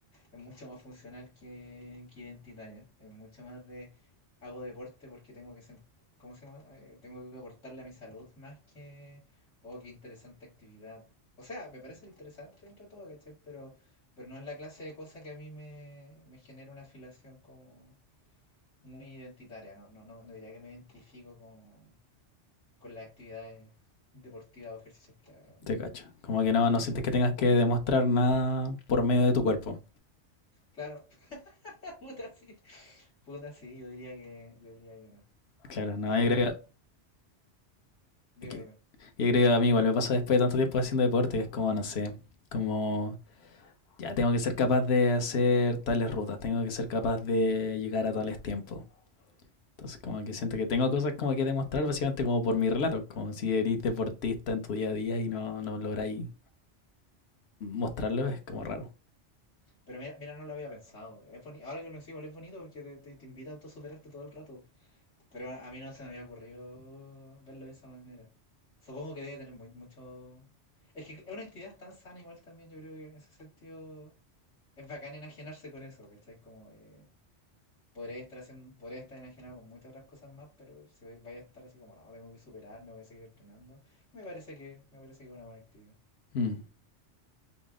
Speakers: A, on the left (about 85°); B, on the left (about 65°).
A: Es mucho más funcional que, que identitaria. Es mucho más de hago deporte porque tengo que sen- ¿cómo se llama? Eh, tengo que aportarle a mi salud más que oh, qué interesante actividad. O sea, me parece interesante dentro de todo, ¿cachai? Pero, pero no es la clase de cosa que a mí me, me genera una afilación como muy identitaria. No, no, no, no diría que me identifico con, con las actividades deportivas o ejercicios que haga.
B: Te cacho. Como que no, no sientes que tengas que demostrar nada por medio de tu cuerpo.
A: Claro, <laughs> puta sí. Puta sí, yo diría que, yo diría que no.
B: Claro, no,
A: Diría
B: yo creo
A: que Dime,
B: que
A: dime.
B: Yo creo que a mí igual me pasa después de tanto tiempo haciendo deporte, es como, no sé, como ya tengo que ser capaz de hacer tales rutas, tengo que ser capaz de llegar a tales tiempos. Entonces como que siento que tengo cosas como que demostrar básicamente como por mi relato como si eres deportista en tu día a día y no, no lográis mostrarlo, es como raro.
A: Pero mira, mira, no lo había pensado. Es boni- Ahora que lo sigo, es bonito porque te, te, te invita a autosuperarte todo el rato. Pero a, a mí no se me había ocurrido verlo de esa manera. Supongo que debe tener muy, mucho... Es que es una actividad tan sana igual también, yo creo que en ese sentido es bacán enajenarse con eso, ¿cachai? Como de... Podría estar, haciendo, podría estar enajenado con muchas otras cosas más, pero si voy- vaya a estar así como, no, tengo que superarme, voy a seguir entrenando, me parece que, me parece que es una buena actividad.
B: Mm,